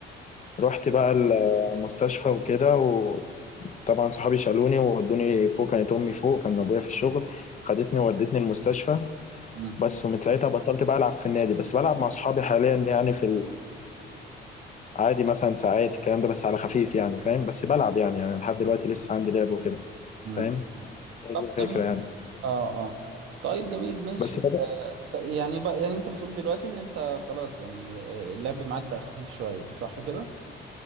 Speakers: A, on the left; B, on the right.
A: رحت بقى المستشفى وكده و... طبعا صحابي شالوني وودوني فوق كانت امي فوق كان ابويا في الشغل خدتني وودتني المستشفى
B: مم.
A: بس ومن ساعتها بطلت بقى العب في النادي بس بلعب مع صحابي حاليا يعني في عادي مثلا ساعات الكلام ده بس على خفيف يعني فاهم بس بلعب يعني يعني لحد دلوقتي لسه عندي لعب وكده
B: مم.
A: فاهم هي
B: طب
A: دي الفكرة
B: جميل
A: يعني
B: اه اه طيب جميل ماشي
A: بس بدأ
B: آه ب- يعني بقى يعني انت بتقول دلوقتي ان انت خلاص يعني آه، اللعب معاك بقى خفيف شويه صح كده؟